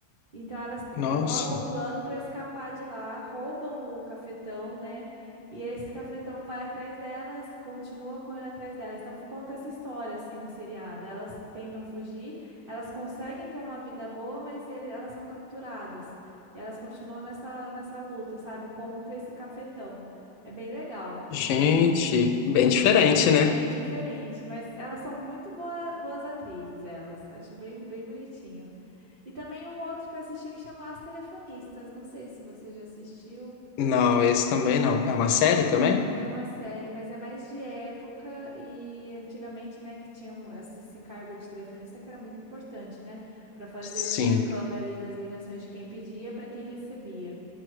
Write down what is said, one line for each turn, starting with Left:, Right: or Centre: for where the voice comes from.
Right: Então elas
Left: Nossa,
Right: bolam um plano para escapar de lá, roubam o cafetão, né? E esse cafetão vai atrás delas, continua correndo atrás delas. Então conta essa história assim no seriado. Elas tentam fugir, elas conseguem ter uma vida boa, mas ele- elas são capturadas. E elas continuam nessa, nessa luta, sabe? Contra esse cafetão. É bem legal
Left: gente,
Right: e
Left: bem diferente, né?
Right: bem diferente, mas elas são muito boa- boas atrizes, elas. Acho bem, bem bonitinho. E também um outro que eu assisti que chama As Telefonistas. Não sei se você já assistiu.
Left: Não, esse também não. É uma
Right: Também,
Left: série também?
Right: também é uma série, mas é mais de época e antigamente, né, que tinha um- esse esse cargo de telefonista que era muito importante, né, para fazer
Left: Sim.
Right: o intercâmbio ali das ligações de quem pedia para quem recebia.